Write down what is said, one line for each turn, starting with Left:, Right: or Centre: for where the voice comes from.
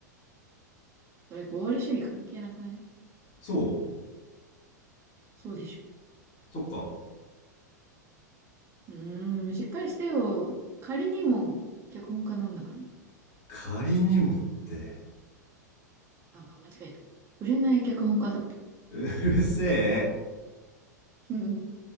Right: それ合理主義関係なくない
Left: そう
Right: そうでしょ
Left: そっか
Right: うーん、しっかりしてよ。仮にも脚本家なんだから。
Left: 仮にもって
Right: あ、間違えた。売れない脚本家だった。
Left: うるせえ
Right: <laughs> うん